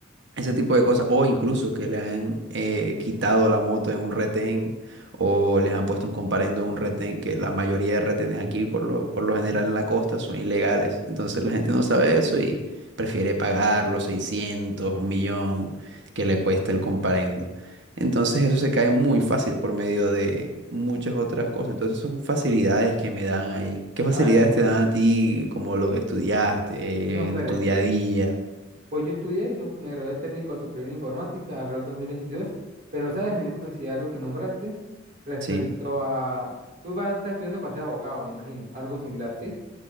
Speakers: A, on the right; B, on the right.
A: ese tipo de cosas, o incluso que le han eh, quitado la moto en un retén o les han puesto un comparendo en un retén, que la mayoría de retenes aquí, por lo, por lo general en la costa, son ilegales. Entonces la gente no sabe eso y prefiere pagar los 600 un millón que le cuesta el comparendo. Entonces eso se cae muy fácil por medio de muchas otras cosas. Entonces son facilidades que me dan ahí. ¿Qué facilidades
B: A ver,
A: te dan a ti como lo que estudiaste
B: no,
A: en
B: pero
A: tu día a día?
B: pues yo estudié, yo me gradué de técnico superior en informática alrededor del dos mil veintidós pero sabes, me dio curiosidad algo que nombraste respecto
A: ¿Sí?
B: a... Tú vas a estar estudiando para ser abogado, me imagino, algo similar, ¿sí?